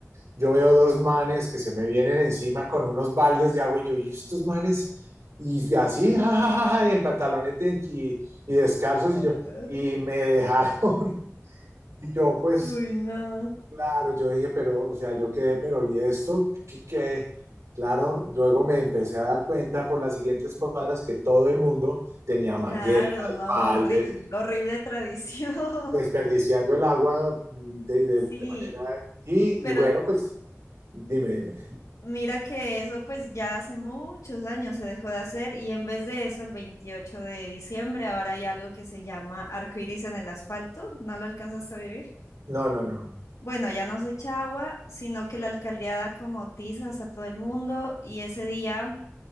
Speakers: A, on the right; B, on the left.
A: yo veo dos manes que se me vienen encima con unos baldes de agua y yo, ¿y estos manes? Y así, <laughs> ja, ja, ja, ja, y en pantalones de- y, y descalzos
B: Eh,
A: y yo, y me <laughs> dejaron. Y yo, pues,
B: Uy, no.
A: claro, yo dije, pero, o sea, yo quedé, pero, ¿y esto? ¿Qué, qué? Claro, luego me empecé a dar cuenta por las siguientes cuadras que todo el mundo tenía
B: Claro,
A: mangueras,
B: no,
A: baldes,
B: horrible, horrible tradición.
A: desperdiciando
B: <laughs>
A: el agua mm, de, de-
B: Sí,
A: de manera... Y,
B: pero
A: y bueno, pues, dime, dime.
B: mira que eso pues ya hace muchos años se dejó de hacer y en vez de eso el 28 de diciembre ahora hay algo que se llama arcoíris en el asfalto, ¿no lo alcanzaste a vivir?
A: No, no, no, no.
B: Bueno, ya no se echa agua, sino que la alcaldía da como tizas a todo el mundo y ese día